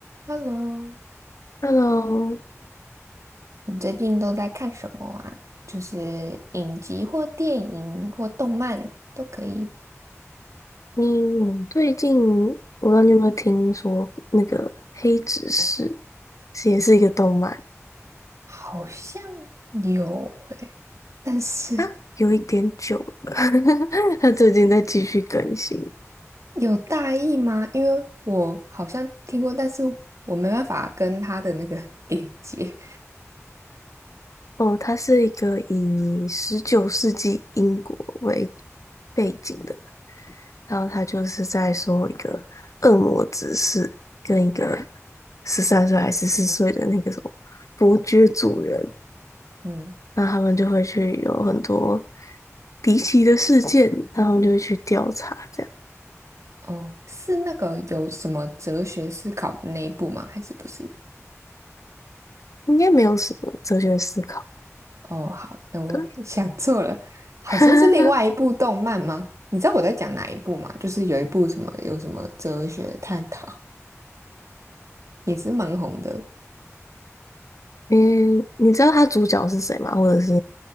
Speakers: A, on the right; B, on the left.
A: Hello，
B: Hello，
A: 你最近都在看什么啊？就是影集或电影或动漫都可以。
B: 你最近我不知道你有没有听说那个《黑执事》是也是一个动漫
A: 好像有诶、但是
B: 啊，有一点久了，<laughs> 它最近在继续更新
A: <laughs> 有大意吗？因为我好像听过，但是我没办法跟他的那个 <laughs> 连接。
B: 哦。它是一个以十九世纪英国为背景的，然后它就是在说一个恶魔执事跟一个十三岁还是十四岁的那个什么伯爵主人
A: 嗯，
B: 那他们就会去有很多离奇的事件，他们就会去调查，这样
A: 哦，是那个有什么哲学思考的那一部吗？还是不是？
B: 应该没有什么哲学思考。
A: 哦，好那我想错了，
B: 对，
A: 好像是另外一部动漫吗？
B: <laughs>
A: 你知道我在讲哪一部吗？就是有一部什么有什么哲学探讨，也是蛮红的。
B: 嗯，你知道他主角是谁吗？或者是